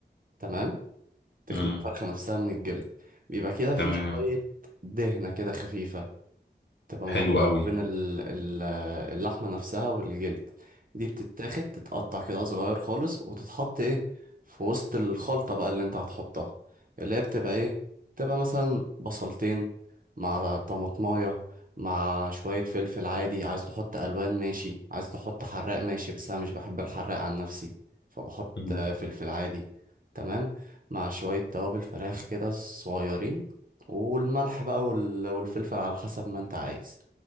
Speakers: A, on the right; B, on the left.
A: تمام تخلي
B: امم
A: الفرخة نفسها من الجلد بيبقى كده
B: تمام
A: فيه شوية دهنة كده خفيفة تبقى موجودة
B: حلو قوي
A: بين ال- ال- اللحمة نفسها والجلد دي بتتاخد تتقطع كده صغير خالص وتتحط ايه في وسط الخلطة بقى اللي انت هتحطها اللي هي بتبقى ايه بتبقى مثلا بصلتين مع طماطماية مع شوية فلفل عادي عايز تحط ألوان ماشي عايز تحط حراق ماشي بس أنا مش بحب الحراق عن نفسي فبحط
B: مم.
A: آه، فلفل عادي تمام مع شوية توابل فراخ كده صغيرين والملح بقى وال- والفلفل على حسب ما انت عايز